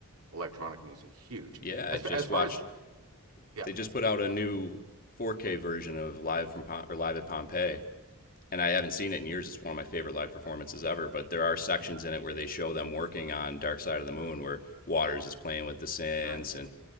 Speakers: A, on the right (about 75°); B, on the left (about 40°).
A: electronic music, huge.
B: Yeah,
A: As
B: I just
A: as far
B: watched
A: as yeah,
B: They just put out a new 4K version of Live from Pom- or Live at Pompeii, and I haven't seen it in years. It's one of my favorite live performances ever. But there are sections in it where they show them working on Dark Side of the Moon, where Waters is playing with the synths
A: no, yeah,
B: and